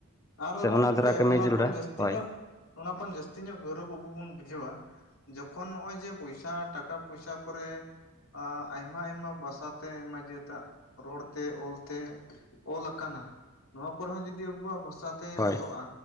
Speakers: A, on the left; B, on the left.
A: ᱟᱨᱦᱚᱸ
B: ᱥᱮ ᱚᱱᱟ
A: ᱜᱚᱝᱠᱮ
B: ᱫᱷᱟᱨᱟ ᱠᱟᱹᱢᱤ
A: ᱚᱱᱟ
B: ᱡᱟᱹᱨᱩᱲᱟ
A: ᱠᱷᱚᱱ ᱡᱟᱹᱥᱛᱤ
B: ᱦᱳᱭ
A: ᱧᱚᱜ ᱚᱱᱟ ᱠᱷᱚᱱ ᱡᱟᱹᱥᱛᱤ ᱧᱚᱜ ᱜᱟᱣᱨᱚᱵᱽ ᱟᱹᱵᱩ ᱵᱩᱱ ᱵᱩᱡᱷᱟᱹᱣᱟ ᱡᱚᱠᱷᱚᱱ ᱱᱚᱜ-ᱚᱭ ᱡᱮ ᱯᱚᱭᱥᱟ ᱴᱟᱠᱟ ᱯᱚᱭᱥᱟ ᱠᱚᱨᱮ ᱟᱭᱢᱟ ᱟᱭᱢᱟ ᱵᱷᱟᱥᱟ ᱛᱮ ᱟᱭᱢᱟ ᱡᱟᱹᱛᱟᱜ ᱨᱚᱲ ᱛᱮ ᱚᱞ ᱛᱮ ᱚᱞ ᱟᱠᱟᱱᱟ, ᱱᱚᱣᱟ ᱠᱚᱨᱮ ᱦᱚᱸ ᱡᱩᱫᱤ ᱟᱹᱵᱩᱣᱟᱜ ᱵᱷᱟᱥᱟ ᱛᱮ
B: ᱦᱳᱭ
A: ᱚᱞᱚᱜ-ᱟ